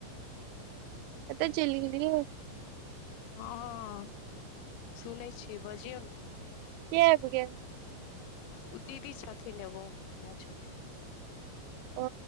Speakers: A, on the right; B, on the left.
A: कएतऽ चेल गेल
B: हँ सुनै छीियै बजियौ ने
A: किएब किया छै
B: ओ दीदी छथि ने ओो ग छथि
A: ओ